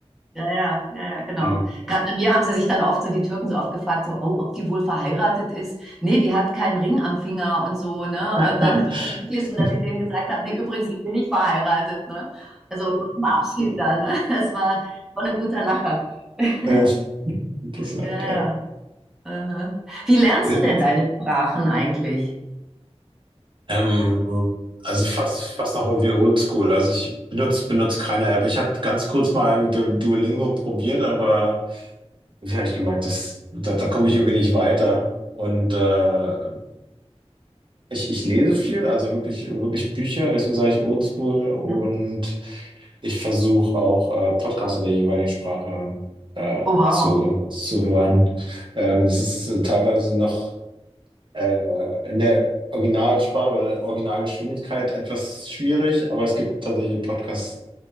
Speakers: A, in the centre; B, on the right.
A: Ja, ja, ja, ja, genau.
B: Ja. Hm.
A: Gerade bei mir haben sie sich dann oft so, die Türken so oft gefragt, so, oh, ob die wohl verheiratet ist. Nee, die hat keinen Ring am Finger und so, ne?
B: <laughs>
A: Und dann war es wirklich so, dass ich denen gesagt habe, nee, übrigens, ich bin nicht verheiratet, ne? Also zum Abschied dann, ne? <laughs> Das war, war ein guter Lacher. <laughs>
B: Ja, interessant.
A: Ja, ja.
B: Ja.
A: Aha. Wie lernst
B: Nee,
A: du denn deine Sprachen eigentlich?
B: Ähm, also fast, fast noch irgendwie oldschool. Also ich benutze, benutze keine App. Ich habe ganz kurz mal Du- Duolingo probiert, aber ja, ich gemerkt, dass, da, da komme ich irgendwie nicht weiter. Und äh, Ich, ich lese viel, also wirklich, wirklich Bücher, deswegen sage ich Oldschool und
A: Mhm.
B: ich versuche auch äh, Podcasts in der jeweiligen Sprache äh,
A: Oh, wow.
B: zu, zu hören. Ähm, das ist äh, teilweise noch äh, in der Originalsprache oder Originalgeschwindigkeit etwas schwierig, aber es gibt tatsächlich Podcasts,